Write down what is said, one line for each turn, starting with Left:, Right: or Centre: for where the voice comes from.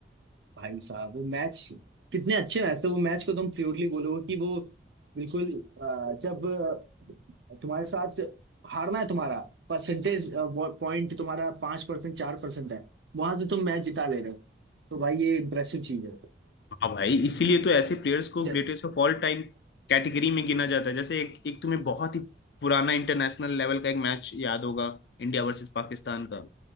Right: भाई साहब वो मैच कितने अच्छे मैच थे वो मैच को तुम प्योरली बोलोगे कि वो बिल्कुल अ, जब अ, तुम्हारे साथ हारना है तुम्हारा परसेंटेज पॉइंट तुम्हारा पांच परसेंट चार परसेंट है वहां से तुम मैच जिता ले रहे हो तो भाई ये इम्प्रेसिव चीज है
Left: हाँ भाई इसीलिए तो ऐसे प्लेयर्स को
Right: जस्ट
Left: greatest of all time category में गिना जाता है जैसे एक एक तुम्हें बहुत ही पुराना इंटरनेशनल लेवल का एक मैच याद होगा इंडिया वर्सेस पाकिस्तान का